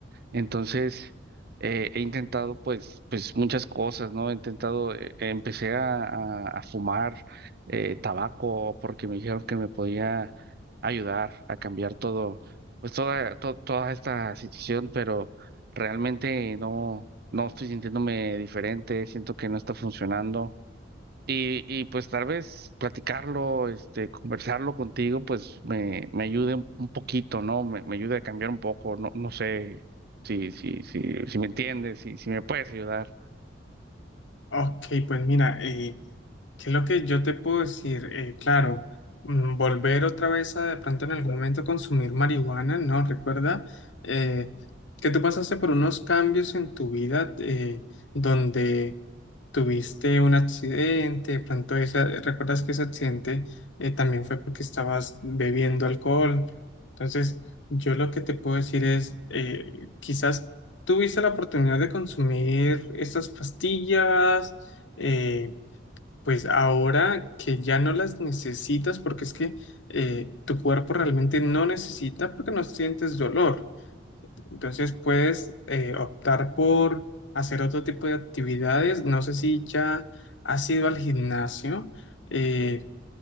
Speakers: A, on the right; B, on the left.
A: Entonces, eh, he intentado pues, pues muchas cosas, ¿no? He intentado, eh, empecé a, a- a fumar eh, tabaco porque me dijeron que me podía ayudar a cambiar todo, pues toda, to- toda esta situación, pero realmente no, no estoy sintiéndome diferente, siento que no está funcionando. Y, y pues tal vez platicarlo, este, conversarlo contigo, pues me, me ayude un, un poquito, ¿no? Me, me ayude a cambiar un poco, no, no sé si, si, si, si me entiendes, si, si me puedes ayudar.
B: Ok, pues mira, eh, ¿Qué es lo que yo te puedo decir? Eh, claro, mm, volver otra vez a de pronto en algún momento consumir marihuana, ¿no? Recuerda eh, que tú pasaste por unos cambios en tu vida eh, donde tuviste un accidente, de pronto esa- recuerdas que ese accidente eh, también fue porque estabas bebiendo alcohol. Entonces, yo lo que te puedo decir es, eh, quizás tuviste la oportunidad de consumir estas pastillas. eh, pues ahora que ya no las necesitas, porque es que eh, tu cuerpo realmente no necesita porque no sientes dolor. Entonces puedes eh, optar por hacer otro tipo de actividades. No sé si ya has ido al gimnasio, eh,